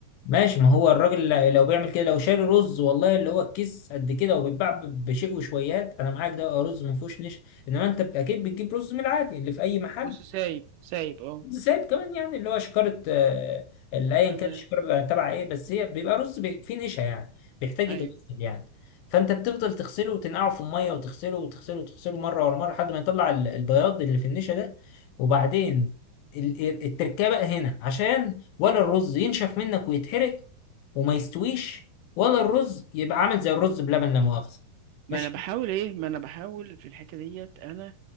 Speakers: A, on the left; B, on the right.
A: ماشي ما هو الراجل ل- لو بيعمل كده لو شاري رز والله اللي هو الكيس قد كده وبيتباع ب- بشيء وشويات انا معاك ده آه، رز ما فيهوش نشا انما انت ب- اكيد بتجيب رز من العادي اللي في اي محل
B: بص سايب سايب اه
A: زائد كمان يعني اللي هو شكارة آه، اللي ايا
B: تمام
A: كان الشكارة بيبقى تبع ايه بس هي بيبقى رز بي- فيه نشا يعني بيحتاج
B: ايوه
A: يتغسل يعني فانت بتفضل تغسله وتنقعه في الميه وتغسله وتغسله وتغسله مره ورا مره لحد ما يطلع ال- البياض اللي في النشا ده وبعدين ال- ال- التركيبه بقى هنا عشان ولا الرز ينشف منك ويتحرق وما يستويش ولا الرز يبقى عامل زي الرز بلبن لا مؤاخذه
B: ما
A: ماشي
B: انا بحاول ايه ما انا بحاول في الحته ديت انا